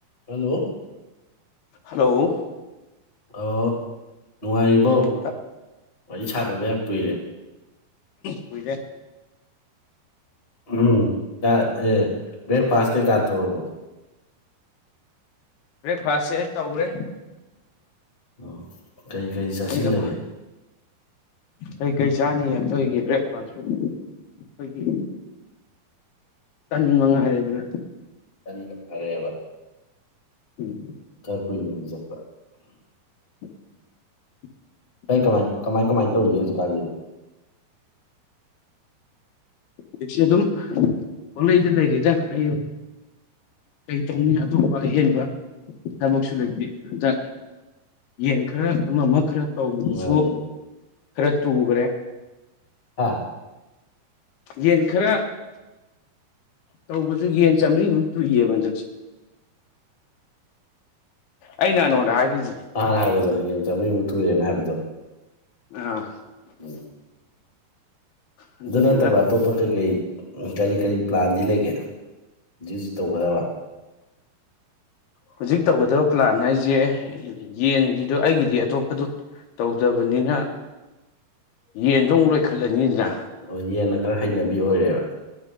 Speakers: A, on the left (about 20°); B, on the left (about 75°).
A: Hello
B: hello
A: ꯑꯣ ꯅꯨꯡꯉꯥꯏꯔꯤꯕ‌ꯣ
B: ꯎꯝ
A: ꯋꯥꯔꯤ ꯁꯥꯗꯕ ꯌꯥꯝ ꯀꯨꯏꯔꯦ
B: ꯀꯨꯏꯔ‌ꯦ
A: ꯎꯝ ꯇ ꯑꯦ ꯕ꯭ꯔꯦꯛꯐꯥꯁ ꯀꯩꯀꯥ ꯇꯧꯔꯕꯣ
B: ꯕ꯭ꯔꯦꯛꯐꯥꯁꯁꯦ ꯇꯧꯔꯦ
A: ꯑꯣ ꯀꯔꯤ ꯀꯔꯤ ꯆꯥꯁꯤꯜꯂꯒꯦ
B: ꯑꯩ ꯑꯩꯈꯣꯏ ꯀꯩꯀꯩ ꯆꯥꯅꯤ ꯑꯈ‌ꯣꯏꯒꯤ ꯕ꯭ꯔꯦꯛꯐꯥꯁꯄꯨ ꯑꯩꯈꯣꯏꯒꯤ ꯆꯥꯟ ꯃꯉꯥꯏꯔ‌ꯦꯗꯅ
A: ꯇꯟꯅ ꯐꯔꯦꯕ
B: ꯎꯝ
A: ꯈꯔ ꯀꯨꯏꯅꯖꯨ ꯆꯠꯄ
B: <unintelligible>
A: ꯑꯩ ꯀꯃꯥꯏ ꯀꯃꯥꯏꯟ ꯀꯃꯥꯏꯟ ꯇꯧꯔꯤꯒꯦ ꯍꯧꯖꯤꯛꯀꯥꯟꯖꯤ
B: ꯍꯧꯖꯤꯛꯁꯤ ꯑꯗꯨꯝ ꯄꯪꯂꯩꯗ ꯂꯩꯔꯤꯗ ꯑꯩ ꯀꯩ ꯇꯧꯅꯤ ꯑꯇꯣꯞꯄ ꯑꯍꯦꯟꯕ ꯊꯕꯛꯁꯨ ꯂꯩꯇ‌ꯦ ꯍꯟꯗꯛ ꯌꯦꯟ ꯈꯔ ꯑꯃ ꯑꯃ ꯈꯔ ꯇꯧꯕꯗꯨꯁꯨ
A: ꯅꯨꯡꯉꯥꯏꯔꯤ
B: ꯈꯔ ꯇꯨꯈ꯭ꯔꯦ
A: ꯍꯥꯥ
B: ꯌꯦꯟ ꯈꯔ ꯇꯧꯕꯖꯨ ꯌꯦꯟ ꯆꯥꯝꯔꯤꯃꯨꯛ ꯇꯨꯏꯌ‌ꯦꯕ ꯍꯟꯗꯛꯁꯦ ꯑꯩ ꯅꯍꯟ ꯉꯣꯟꯗ ꯍꯥꯏꯈ꯭ꯔꯤꯁꯤꯗꯤ
A: ꯅꯍꯥꯟ ꯍꯥꯏꯕꯗꯣ ꯌꯦꯟ ꯆꯥꯝꯔꯤꯃꯨꯛ ꯇꯨꯔꯦꯅ ꯍꯥꯏꯕꯗꯣ
B: ꯑ
A: ꯎꯝ
B: ꯑꯗꯨꯗꯨꯅ
A: ꯑꯗꯨ ꯅꯠꯇꯕ ꯑꯇꯣꯞꯄ ꯀꯩ ꯀꯩ ꯀꯔꯤ ꯀꯔꯤ ꯄ꯭ꯂꯥꯟꯗꯤ ꯂꯩꯒꯦ ꯍꯧꯖꯤꯛ ꯍꯧꯖꯤꯛ ꯇꯧꯒꯗꯕ
B: ꯍꯧꯖꯤꯛ ꯇꯧꯒꯗꯕ ꯄ꯭ꯂꯥꯟ ꯍꯥꯏꯖ‌ꯦ ꯌꯦꯟꯒꯤꯗꯣ ꯑꯩꯒꯤꯗꯤ ꯑꯇꯣꯞ ꯄꯗ‌ꯣ ꯇꯧꯗꯕꯅꯤꯅ ꯌꯦꯟꯗꯣ ꯑꯃꯨꯛ ꯂꯣꯏꯈꯠꯂꯅꯤꯗꯅ
A: ꯑꯣ ꯌꯦꯟꯅ ꯈꯔ ꯍꯩꯅꯕꯤ ꯑꯣꯏꯔꯦꯕ